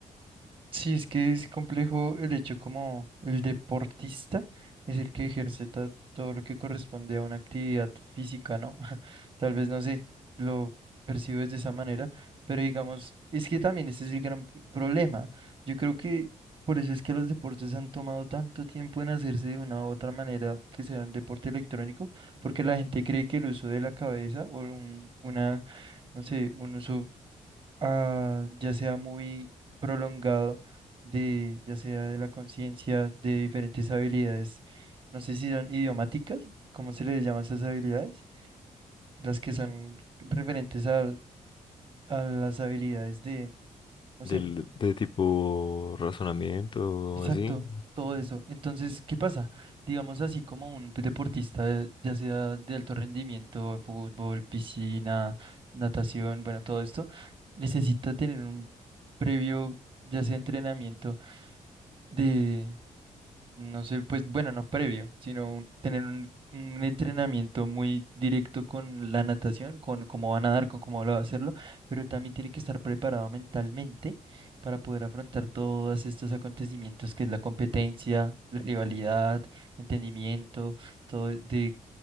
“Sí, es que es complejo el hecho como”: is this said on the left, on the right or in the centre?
Right